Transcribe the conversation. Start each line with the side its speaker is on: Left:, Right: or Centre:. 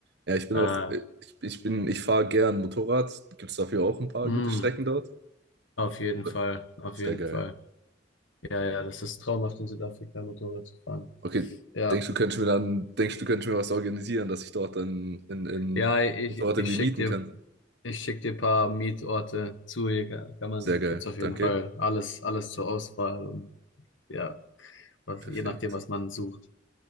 Right: Ja, ich bin
Left: Äh,
Right: auch, äh, ich, ich bin, ich fahre gern Motorrad. Gibt es dafür auch ein paar
Left: mh,
Right: gute Strecken dort?
Left: auf jeden
Right: Ja,
Left: Fall, auf
Right: Sehr
Left: jeden
Right: geil.
Left: Fall. Ja, ja, das ist traumhaft, in Südafrika Motorrad zu fahren.
Right: Okay,
Left: Ja.
Right: denkst du, könntest mir dann, denkst du, könntest mir was organisieren, dass ich dort dann in, in
Left: Ja, ich,
Right: Motorrad
Left: ich
Right: irgendwie
Left: schick
Right: mieten
Left: dir,
Right: kann?
Left: ich schick dir ein paar Mietorte zu. Hier kann, kann man,
Right: Sehr geil,
Left: gibt's auf
Right: danke.
Left: jeden Fall alles, alles zur Auswahl und ja, was,
Right: Perfekt.
Left: je nachdem, was man sucht.